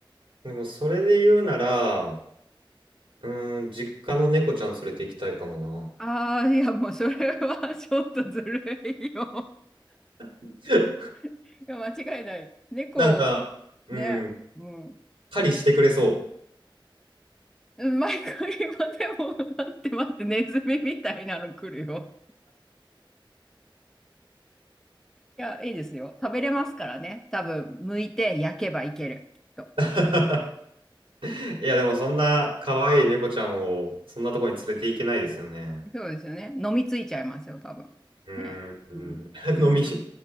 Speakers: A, on the right; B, in the centre.
A: でも、それで言うなら、うん、実家の猫ちゃん連れて行きたいかもな。
B: ああ、いやもうそれは <laughs> ちょっとずるいよ。
A: <laughs>
B: <laughs> いや、間違いない。猫、
A: なんか、うん、
B: ね、うん。
A: 狩りしてくれそ
B: 毎回今でも、待って待って、ネズミみたいなの来るよ。いや、いいですよ。食べれますからね。多分、剥いて焼けばいける。きっと
A: う。<laughs> いや、でも、そんな可愛い猫ちゃんを、そんなとこに連れて行けないですよね。
B: そうですよね。飲みついちゃいますよ、多分。
A: うん、
B: ね。
A: うん。
B: うん。
A: <laughs>
B: うん
A: 飲み。